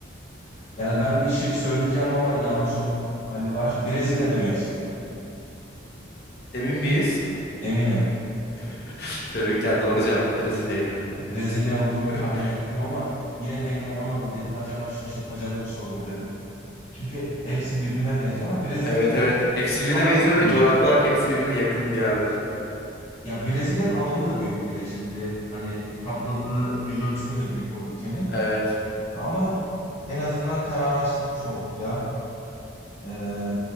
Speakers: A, on the left; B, on the left.
A: yani ben bir şık söyleyeceğim ama yanlış olma ihtimali var. Brezilya demek istiyorum.
B: Emin miyiz?
A: Eminim.
B: <laughs> Tebrikler doğru cevap Brezilya'ydı.
A: Yani Brezilya olduğunu
B: <laughs>
A: tahmin ettim ama yine de emin olamadım. Dedim acaba şaşırtmacalı bir soru mu dedim. Çünkü hepsi birbirine benziyor ama Brezilya'nın
B: Evet evet. Hepsi birbirine
A: alanı
B: benziyor
A: da
B: ve
A: büyük.
B: coğrafi olarak hepsi birbirine yakın bir yerler.
A: Ya Brezilya'nın alanı da büyük bir de şimdi hani kapladığı yüz ölçümü de büyük o ülkenin.
B: Evet.
A: Ama en azından kararlaştırmış olduk ya. Ee,